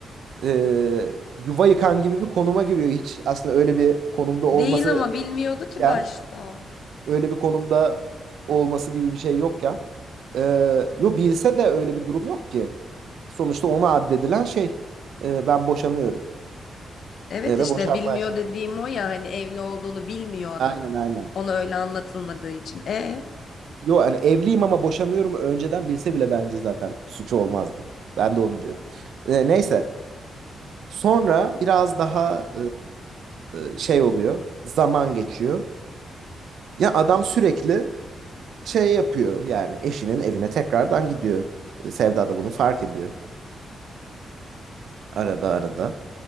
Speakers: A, on the right; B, on the left.
A: e, yuva yıkan gibi bir konuma giriyor. Hiç aslında öyle bir konumda olması
B: Değil ama bilmiyordu
A: gerekirken,
B: ki başta.
A: öyle bir konumda olması gibi bir şey yokken. E, yo bilse de öyle bir durum yok ki. Sonuçta ona addedilen şey e, ben boşanıyorum
B: Evet
A: E, ve
B: işte
A: boşanma
B: bilmiyor
A: aşamasında.
B: dediğim o ya hani evli olduğunu bilmiyor adamın.
A: Aynen aynen.
B: Ona öyle anlatılmadığı için. E
A: Yo hani evliyim ama boşanıyorum önceden bilse bile bence zaten suçu olmazdı. Ben de onu diyorum. E, neyse. Sonra biraz daha e, şey oluyor. Zaman geçiyor. Ya adam sürekli şey yapıyor. Yani eşinin evine tekrardan gidiyor. E, Sevda da bunu fark ediyor. Arada arada.